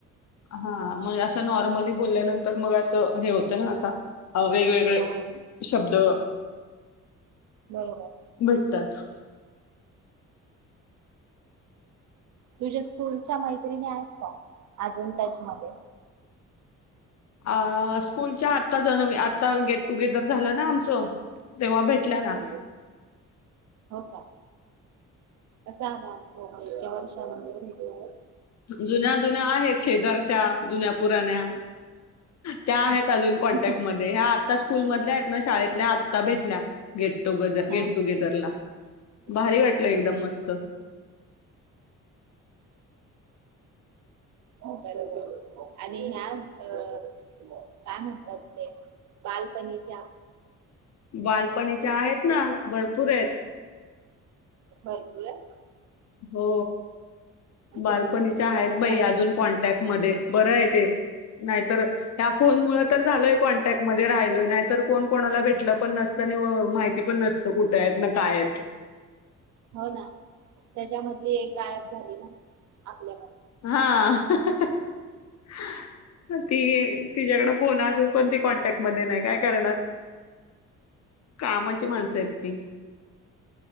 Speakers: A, on the left; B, on the right.
A: हा मग असं नॉर्मली बोलल्यानंतर मग असं हे होतं ना आता ह वेगवेगळे
B: हो
A: शब्द
B: बरोबर
A: भेटतात
B: तुझ्या स्कूलच्या माहिती मैत्रिणी आहेत का टचमध्ये
A: अ स्कूलच्या आता ज आता गेट टुगेदर झालं ना आमचं तेव्हा भेटल्या ना
B: हो का असमा हो एका वर्षानंतर भेटल्यावर
A: जुन्या जुन्या आहेत शेजारच्या जुन्या पुराण्या त्या आहेत
B: अच्छा
A: अजून कॉन्टॅक्ट मध्ये ह्या आता स्कूल मधल्या आहेत ना शाळेतल्या आता भेटल्या गेट टुगदर
B: हा
A: गेटटुगेदरला भारी
B: अच्छा
A: वाटलं
B: अच्छा
A: एकदम मस्त
B: बरोबर आणि ह्या अ काय म्हणतात ते बालपणीच्या
A: बालपणीच्या
B: भरपूर
A: आहेत ना भरपूरयेत
B: भरपुरत
A: हो बालपणीच्या
B: तुम्ही कुठे फिरायला
A: आहेत बाई
B: जाता
A: अजून कॉन्टॅक्ट मध्ये बरं आहे ते नाहीतर ह्या फोनमुळ तर झालोय कॉन्टॅक्ट मध्ये राहिलोय नाहीतर कोण कोणाला भेटलं पण नसतं आणि माहिती पण नसतं कुठत आहेत ना काय आहेत
B: हो ना त्याच्यामधली एक गायब झाली ना आपल्या
A: हा ती तिच्या्याकड फोन असून पण ती कॉन्टॅक्ट मध्ये नाही काय करणार कामाची माणसं आहेत ती